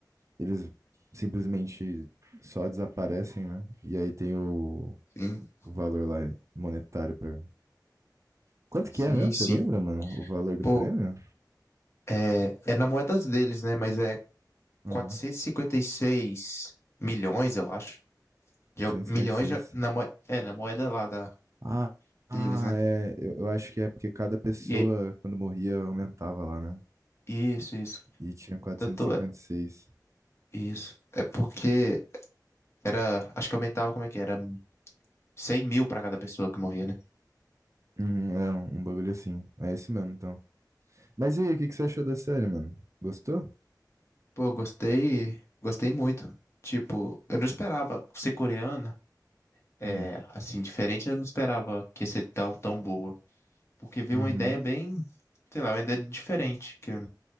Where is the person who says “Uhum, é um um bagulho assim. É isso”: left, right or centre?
Right